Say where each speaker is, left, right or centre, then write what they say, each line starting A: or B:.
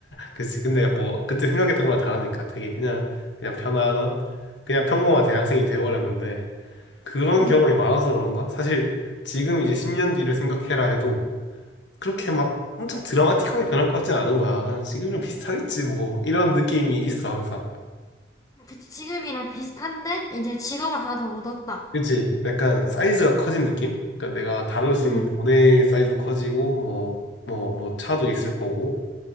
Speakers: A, on the left; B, on the left.
A: 그치. 근데 뭐 그때 생각했던 거랑 다르니까 되게 그냥 그냥 편안한 그냥 평범한 대학생이 돼버렸는데 그런
B: 응.
A: 경험이 많아서 그런가? 사실 지금 이제 10년 뒤를 생각해라 해도 그렇게 막 엄청 드라마틱하게 변할 것 같진 않은 거야. 그냥 지금이랑 비슷하겠지 뭐 이런 느낌이 있어 항상.
B: 그치, 지금이랑 비슷한데, 이제 직업을 하나 더 얻었다.
A: 그치? 약간 사이즈가 커진 느낌? 그러니까 내가 다룰 수
B: 응,
A: 있는 돈의 사이즈도 커지고 뭐 뭐 뭐 차도 있을 거고